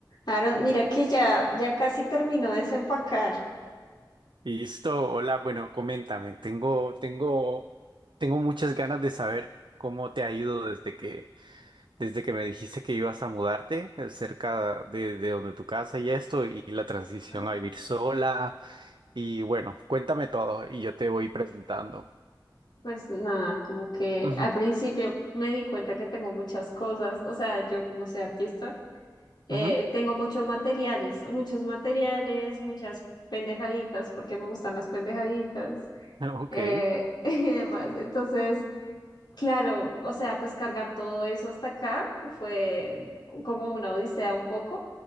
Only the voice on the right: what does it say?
Listo, hola, bueno, coméntame, tengo, tengo, tengo muchas ganas de saber cómo te ha ido desde que, desde que me dijiste que ibas a mudarte eh, cerca de, de donde tu casa y esto, y la transición
a vivir sola, y bueno, cuéntame todo y yo te voy presentando.
Ujú,
ujú,
<laughs>
Ok,